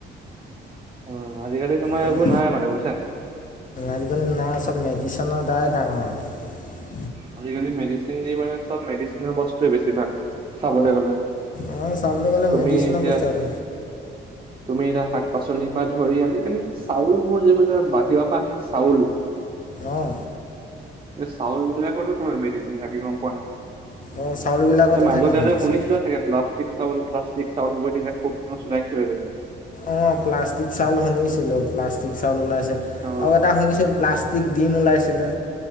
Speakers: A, on the right; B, on the left.
A: অ আজিকালি তোমাৰ
B: আজি
A: এইবোৰ নাই মানে বুজিছা?
B: আজিকালি নাই চব মেডিচিনৰ দ্বাৰাই ডাঙৰ হয়।
A: হু আজিকালি মেডিচিন দি মানে চব মেডিচিন বস্তয়ে বছিভাগ। চাবলৈ গ'লে
B: অঁ চাবলৈ গ'লে
A: তুমি
B: মেডিচিনৰ
A: এতিয়া
B: বস্তু আৰু
A: তুমি শাক -পাচলি <unintelligible> ধৰি আজিকালি চাউলবোৰ, যিবিলাক বাহিৰৰ পৰা আহে চাউল
B: অঁ
A: এই চাউল বিলাকতো তোমাৰ মেডিচিন থাকে গম পোৱানে নাই।
B: অঁ চাউলবিলাকতো
A: এই মাজতে
B: থাকে মেডিচিন
A: যে শুনিছিলোঁ তে প্লাষ্টিক- চাউল প্লাষ্টিক চাউল <unintelligible> <unintelligible> <unintelligible>
B: অ' প্লাষ্টিক চাউল শুনিছিলোঁ প্লাষ্টিক চাউল ওলাইছে বুলি
A: অ
B: আৰু এটা শুনিছোঁ প্লাষ্ট- ডিম ওলাইছিলে,